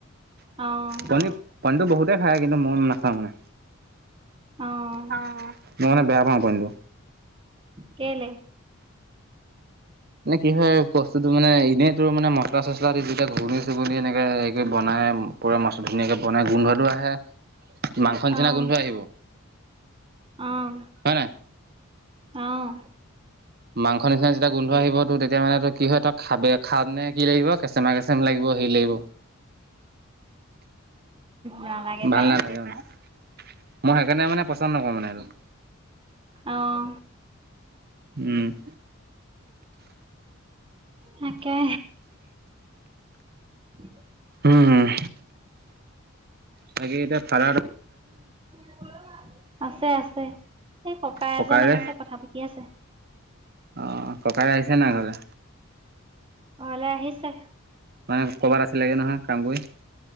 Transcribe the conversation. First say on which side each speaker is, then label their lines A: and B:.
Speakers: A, on the right; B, on the right.
A: অঁ
B: পণী পনীটো বহুতেই খায় কিন্তু মই নাখাওঁ মানে।
A: অঁ
B: অহ মই মানে বেয়া পাওঁ পনীৰ টো।
A: কেলে?
B: এনে কি হয় বস্তুত মানে এনেই তোৰ মানে মচলা চচলা দি যেতিয়া ঘূণি চুগুনি এনেকে হ বনাই <inaudible> ধুনীয়াকে বনাই গোন্ধটো আহে মাংস নিচিনা
A: অঁ
B: গোন্ধ আহিব।
A: অঁ
B: হয় নাই?
A: অঁ
B: মাংস নিচিনা এতিয়া গোন্ধ আহিব তো তেতিয়া মানে ত কি হয় ত খাবে খাওঁ তেনে কি লাগিব কেচেমা কেচেম লাগিব সি লাগিব
A: নালাগে
B: ভাল
A: পাই
B: নালাগে অ মই সেইকাৰণে মানে পচন্দ নকৰো মানে এইটো-
A: আহ
B: উম। <inaudible>
A: তাকে। <inaudible>
B: উম। তাকে এতিয়া ফাল
A: <inaudible> আছে আছে। এই ককা
B: ককাইৰে
A: এজন আহিছে কথা পাতি আছে।
B: অ ককাই আহিছে নাই ঘলে?
A: ঘৰলে আহিছে।
B: মানে ক'ৰবাত আছিল লেগে নহয় কাম কৰি?